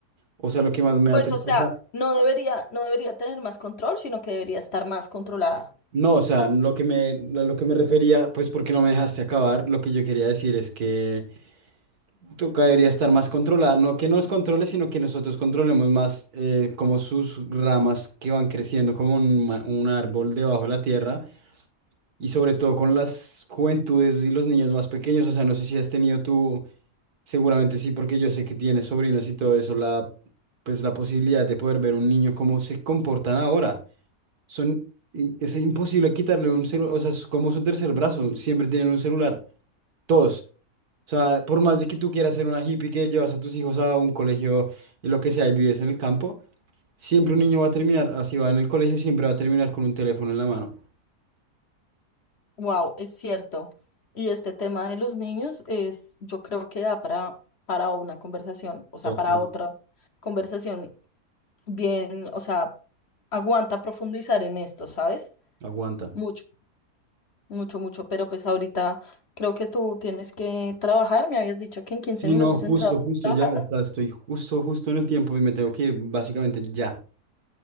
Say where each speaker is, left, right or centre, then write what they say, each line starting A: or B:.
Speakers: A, on the right; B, on the left.
A: O sea, lo que más me
B: Pues,
A: da tristeza,
B: o sea, no debería, no debería tener más control, sino que debería estar más controlada.
A: no, o sea, lo que me, a lo que me refería, pues porque no me dejaste acabar, lo que yo quería decir es que Tuca debería estar más controlada, no que nos controle, sino que nosotros controlemos más eh, como sus ramas que van creciendo como un, ma- un árbol debajo de la tierra y sobre todo con las juventudes y los niños más pequeños. O sea, no sé si has tenido tú, seguramente sí, porque yo sé que tienes sobrinos y todo eso, la, pues la posibilidad de poder ver un niño cómo se comportan ahora. Son, i- es imposible quitarle un celular, o sea, es como su tercer brazo, siempre tienen un celular, todos. O sea, por más de que tú quieras ser una hippie que llevas a tus hijos a un colegio y lo que sea y vives en el campo, siempre un niño va a terminar, así va en el colegio, siempre va a terminar con un teléfono en la mano.
B: Wow, es cierto. Y este tema de los niños es, yo creo que da para, para una conversación, o sea,
A: Total.
B: para otra conversación bien, o sea, aguanta profundizar en esto, ¿sabes?
A: Aguanta.
B: Mucho, mucho, mucho. Pero pues ahorita creo que tú tienes que trabajar. Me habías dicho que en 15
A: Sí,
B: minutos
A: no, justo,
B: entrabas a
A: justo
B: trabajar.
A: ya, o sea, estoy justo, justo en el tiempo y me tengo que ir básicamente ya.